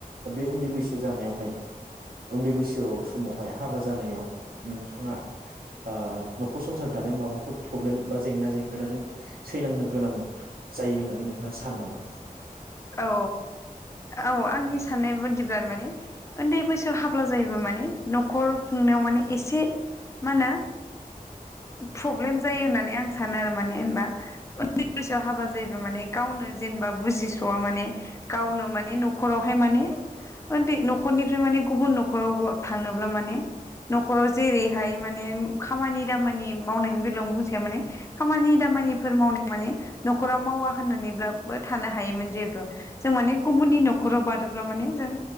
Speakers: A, on the right; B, on the left.
A: बे उन्दै बैसो जानायावहाय उन्दै बैसोआव समावहाय हाबा जानायाव नोंथाङा ओ न'खर संसार दानायाव माबाफोर प्रब्लेम बा जेंना जेंगोनाजों सैनांनो गोनां जायो होननानै नोंथाङा सानो नामा?
B: औ औ औ आंनि
A: आदसा
B: साननाय बादिबाल माने ओन्दै बैसो थ हाब्ला माने न'खर खुंनायाव माने एसे मा नो प्रब्लेम जायो होननानै आं सानो आरो माने होनबा उन्दै बैसोआव हाबा जायोब्ला माने गावनो जेनेबा बुजिस' स'आ माने गावनो माने न'खरावहाय माने ओन्दै न'खरनिफ्राय माने गुबुन न'खरावबो थाङोब्ला माने न'खराव जेरैहाय माने खामानि दामानि मावनायनि बेलायावनो बुंसै आं माने खामानि दामानिफोर मावनाय माने न'खराव मावा होननानैब्लाबो थानो हायोमोन। जियेतु जों माने गुबुननि न'खराव बारोब्ला माने जों